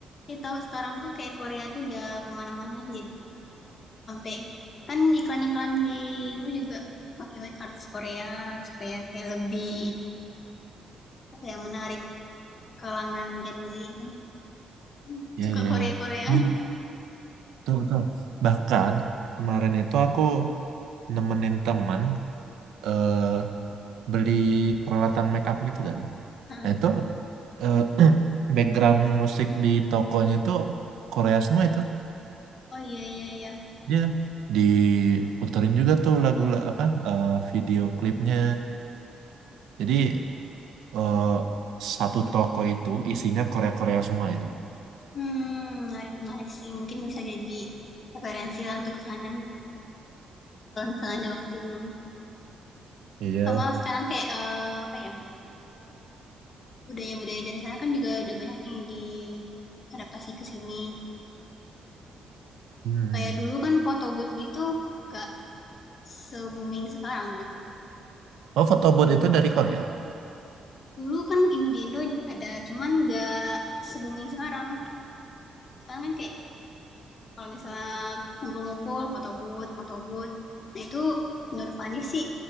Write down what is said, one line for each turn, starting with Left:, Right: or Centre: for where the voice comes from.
Left: Ya, tahu sekarang tuh kayak Korea tuh udah kemana-mana. Jadi sampai kan iklan-iklan di Indo juga pakai artis Korea supaya kayak lebih apa ya menarik kalangan Gen Z kan. Hmm,
Right: iya
Left: Suka
Right: iya
Left: Korea-Koreaan.
Right: iya. Wih, Betul betul. Bahkan kemarin itu aku nemenin teman eh beli peralatan make up gitu kan.
Left: Heeh.
Right: Nah itu eh, <clears throat> background musik di tokonya itu Korea semua itu.
Left: Oh iya iya iya.
Right: Dia diputerin juga tuh lagu la- apa eh, video klipnya. Jadi eh, satu toko itu isinya Korea-Korea semua itu.
Left: Hmm, menarik-menarik sih. Mungkin bisa jadi referensi lah untuk ke kanan kalau misalnya ada waktu luang.
Right: Iya.
Left: Sama sekarang kayak eh, apa ya budaya-budaya dari sana kan juga ada banyak nih diadaptasi ke sini.
Right: Hmm.
Left: Kayak dulu kan foto booth gitu gak se-booming sekarang kan.
Right: Oh, foto booth itu dari Korea.
Left: Dulu kan in- di Indo ada cuman gak se-booming sekarang. Sekarang kan kayak Kalau misalnya ngumpul-ngumpul, foto booth, foto booth. Nah itu menurut Fani sih